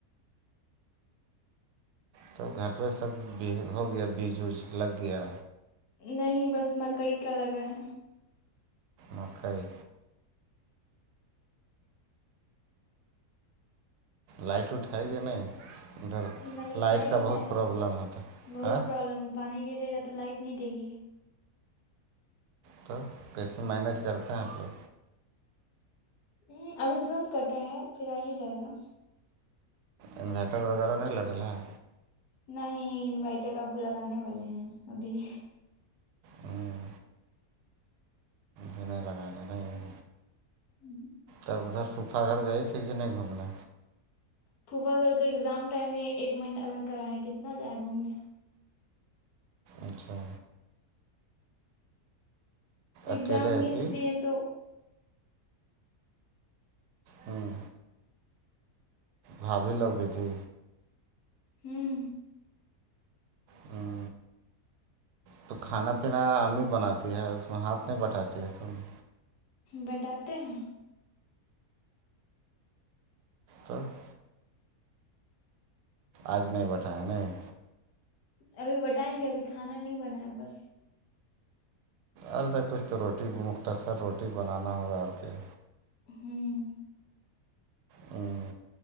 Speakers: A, on the right; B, on the left.
A: تو گھر پہ سب ہو گیا بیج وج لگ گیا
B: نہیں بس مکئی کا لگا ہے
A: مکئی لائٹ اٹھائے گ نہیں ادھر
B: نہیں
A: لائٹ
B: نہیں
A: کا بہت
B: ہے
A: پرابلم ہےتا
B: بہت
A: آیں
B: پرابلم پانی گرے گا تو لائٹ نہیں دے گی
A: تو کیسے مینیج کرتے ہیں آپ لوگ
B: ہ ابھی ترنت کٹے ہے پھر آ ہی جائے گا
A: انویٹر وغیرہ نہیں لگل ہے
B: نہیں انوائٹر ابو لگانے والے ہیں ابھی
A: ہاں نہیں لگائے گ نہیں
B: ہوں <unintelligible>
A: تب ادھر صوفا گھر گئی تھی کہ نہیں گھومنا
B: پھوفا گڑ تو ایگزام ٹائم میں ایک مہینہ رہ کر آئے کتنا جائے گھومنے
A: اچھا
B: ایگزام
A: اکیلے
B: وہی
A: کہ
B: سے دی ہے تو
A: ہاں گھا بھی لوگ گی تھی
B: ہوں
A: ہ <unintelligible> تو کھانا پینا امی بناتی ہے اس میں ہاتھ نہیں بٹھاتی ہے تو امی
B: بٹاتے ہیں
A: ہاں <unintelligible> آج نہیں بتایا نہیں
B: ابھی بٹائیں گے ابھی کھانا نہیں بنایا بس
A: ار تو کچھ تو روٹی مختصر روٹی بنانا ہوگا اور کیا
B: ہوں <unintelligible>
A: ہ <unintelligible>